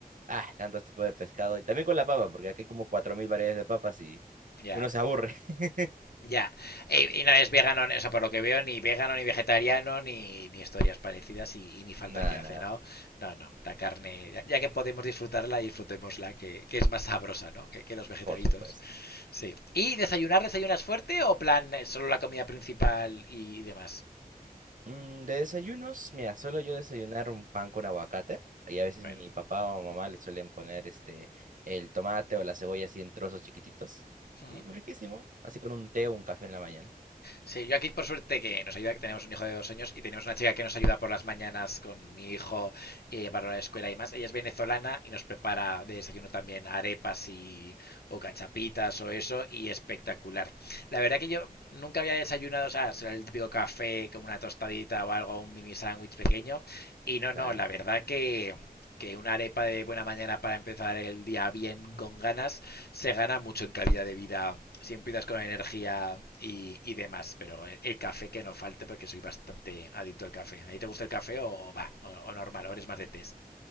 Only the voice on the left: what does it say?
Ya,
ya. Y, y no es vegano, o sea, por lo que veo, ni vegano, ni vegetariano, ni, ni historias parecidas y, y ni falta
que hace,
¿no? No, no. La carne, ya, ya que podemos disfrutarla, disfrutémosla, que, que es más sabrosa, ¿no? Que, que los vegetaritos.
Sí. ¿Y desayunar, desayunas fuerte o plan eh, solo la comida principal y demás?
Bueno.
Ujú.
Sí, yo aquí por suerte que nos ayuda, que tenemos un hijo de dos años y tenemos una chica que nos ayuda por las mañanas con mi hijo y a llevarlo a la escuela y más. Ella es venezolana y nos prepara de desayuno también arepas y o cachapitas o eso y espectacular. La verdad que yo nunca había desayunado, o sea, será el típico café como una tostadita o algo, un mini sándwich pequeño y no, no,
la verdad que que una arepa de buena mañana para empezar el día bien con ganas se gana mucho en calidad de vida si empiezas con energía y, y demás. Pero el, el, café que no falte, porque soy bastante adicto al café. ¿A ti te gusta el café o va? O, o, normal, o eres más de test.